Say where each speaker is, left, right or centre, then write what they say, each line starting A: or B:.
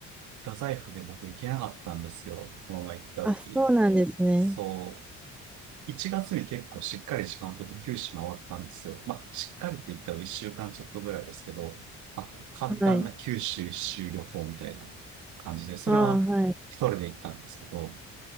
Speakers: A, on the right; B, in the centre.
A: 太宰府で僕行けなかったんですよ。この前行った時。
B: あ、そうなんですね。
A: そう。1月に結構しっかり時間を取って九州回ったんですよ。まあ、しっかりって言ったら1週間ちょっとぐらいですけど、まあ、簡単な九州一周旅行みたいな感じで、
B: はい。
A: それは一人で行ったんですけど、
B: ああ、はい。